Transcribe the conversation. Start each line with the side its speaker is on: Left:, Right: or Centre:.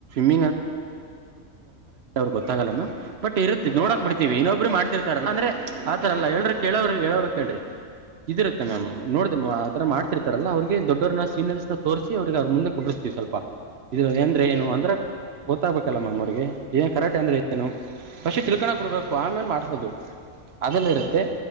Right: <unintelligible> ರು ಗೊತ್ತಾಗಲ್ಲ ಬಟ್ ಇರುತ್ತ
Left: ಇಲ್ಲ
Right: ನೋಡಾಕ್
Left: ಇಲ್ಲ
Right: ಬಿಡ್ತತಿವಿ.
Left: ಸ್ವಲ್ಪ
Right: ಇನ್ನೊಬ್ಬರು
Left: ಬೇಸ್
Right: ಮಾಡ್ತಿರ್ತಾರಲ್ಲ ಅಂದ್ರೆ
Left: ಹ
Right: ಆ ತರಲ್ಲ
Left: ಹಾ
Right: ಎ ಹೇಳರು
Left: ಹಾ
Right: ಕೇಳೋರು ಹೇಳೋರು ಕ್ರಿ ಇದಿರುತ್ತೆ ಮ್ಯಾಮ್ ನೋಡ್ದ ಆ ತರ ಮಾಡ್ತಿರ್ತಾರಲ್ಲ ಅವ್ರಿಗೆ ದೊಡ್ಡವ್ರನ್ನ ಸೀನಿಯರ್ಸ್ ನ ತೋರಿಸ ಅವ್ರಿಗೆ ಅವ್ರ ಮುಂದೆ ಕುಂದ್ಸತೀವಿ ಸ್ವಲ್ ಇದು ಅಂದ್ರೆ
Left: ಹ್ಮ್
Right: ಏನು. ಅದ್ರ ಗೊತ್ತಾಗಬೇಕಲ್ಲ ಮ್ಯಾಮ್ ಅವ್ರಿಗೆ ಏನು ಕರಾಟೆ ಅಂದ್ರೆ ಏನು. ಪಶಿ ತಿಳ್ಕಣ ಕೊಡ್ಬೇಕು ಆಮೇಲೆ ಮಾಡ್ಸೋದು ಅದೆಲ್ಲ ಇರುತ್ತೆ.